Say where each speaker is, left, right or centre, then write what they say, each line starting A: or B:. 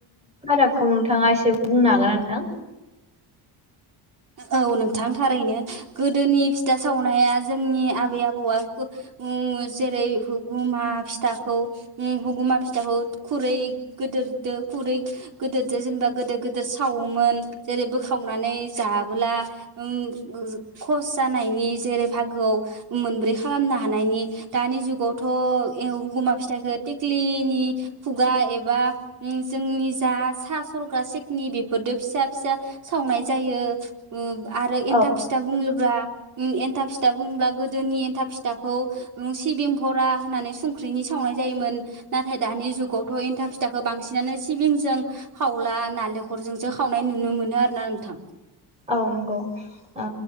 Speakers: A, on the right; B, on the right.
A: फारागखौ नोंथाङा एसे बुंनो हागोन नोंथां?
B: औ नोंथां थारैनो गोदोनि फिथा सावनाया जोंनि आबै आबौआ <unintelligible> जेरै हगुमा फिथाखौ हुगुमा फिथाखौ खुरै गोदोरदो खुरै गोदोरदो जेनेबा गोदिर गिदिर सावोमोन जेरै बोखावनानै, जाबला उम खस जानायनि जेरै बाहागोआव मोनब्रै खालामना हानायनि दानि जुगाव थ' एव हुगुमा फिथाखो टेत्लिनि खुगा एबा बा जोंनि जा सा सरग्रा सेखनि बेफोरजों फिसा फिसा सावनाय जायो । ओ आरो एनथाब
A: औ
B: फिथा बुंङोब्ला उम्म एनथाब फि दा बुङोब्ला गोदोनि एन्था फिथाखौ उम्म सिबिं भ'रा होननानै संख्रिनि सावनाय जायोमोन । नाथाय दानि जुगावथ एन्था फिथाखौ बांसिनानो सिबिंजों खावला नालेंखरजोंसो खावनाय नुनो मोनो आरोना नोंथां ।
A: औ नंगौ ओ